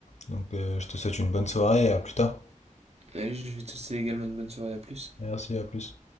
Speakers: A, on the left; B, on the right.
A: Donc, euh, je te souhaite une bonne soirée et à plus tard.
B: Allez, je vais te souhaiter également une bonne soirée, à plus.
A: Merci, à plus.